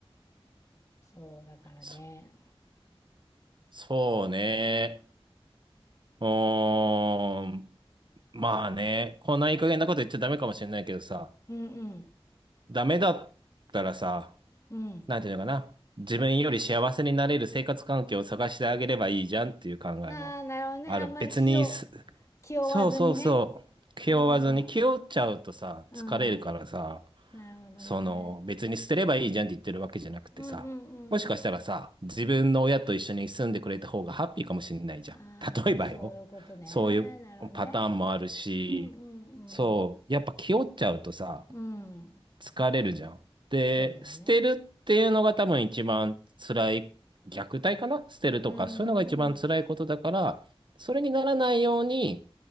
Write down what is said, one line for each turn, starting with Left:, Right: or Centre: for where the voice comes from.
Left: そうだからね。
Right: そ、そうね。うーん。まあね、こんないい加減なこと言っちゃダメかもしれないけどさ、
Left: うんうん
Right: ダメだったらさ、
Left: うん。
Right: なんていうのかな。自分より幸せになれる生活環境を探してあげればいいじゃんっていう考えもある。
Left: ああなるほどねあんまり気を
Right: 別にす、
Left: 気負わずにね。
Right: そうそうそう。気負わずに、
Left: あ
Right: 気負っちゃうとさ、
Left: あうん
Right: 疲れるからさ、
Left: なるほどね。
Right: その別に捨てればいいじゃんって言ってるわけじゃなくてさ、
Left: うんうんうんうん。
Right: もしかしたらさ、自分の親と一緒に住んでくれた方がハッピーかもしれないじゃん。
Left: ああ、
Right: 例えばよ、
Left: そういうことね。
Right: そういうパターンもあるし、
Left: なるほどね。うんうんうん。
Right: そう、やっぱ気負っちゃうとさ、
Left: うん。
Right: 疲れるじゃん。で、
Left: そうだよね。
Right: 捨てるっていうのが多分一番辛い、虐待かな捨てるとか、
Left: うんうん。
Right: そういうのが一番辛いことだから、それにならないように